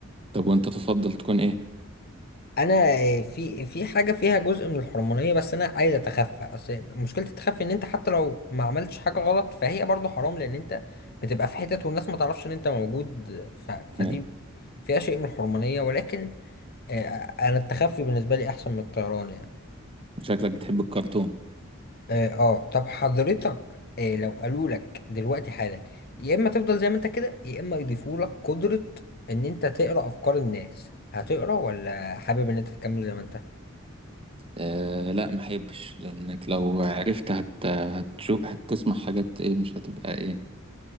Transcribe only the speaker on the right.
طب وانت تفضل تكون ايه
يعني
شكلك بتحب الكرتون
آه لا ما احبش لانك لو عرفت هت... هتشوف هتسمع حاجات ايه مش هتبقى ايه